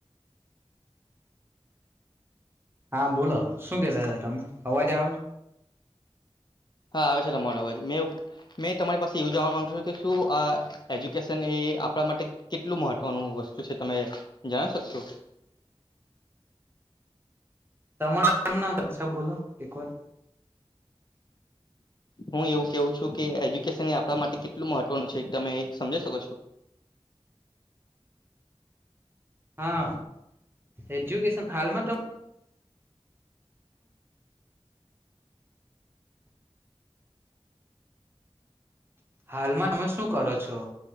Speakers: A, on the right (about 20°); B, on the left (about 45°).
A: હા બોલો શું કેતા હતા તમે અવાજ આવે
B: હા આવે છે તમારો અવાજ મે મેં તમારી પાસે એવું જવા માંગુ છું કે શું આ એજ્યુકેશન એ આપણા માટે કેટલું મહત્વનું વસ્તુ છે તમે જણ શકશો
A: તમારેમ ના કક્ષા બોલો એક વાર
B: હું એવું કેવું છું કે એજ્યુકેશન એ આપણા માટે કેટલું મહત્વનું છે તમે સમજ શકો છો
A: હા એજ્યુકેશન હાલમાંત તો હાલમાં તમે શું કરો છો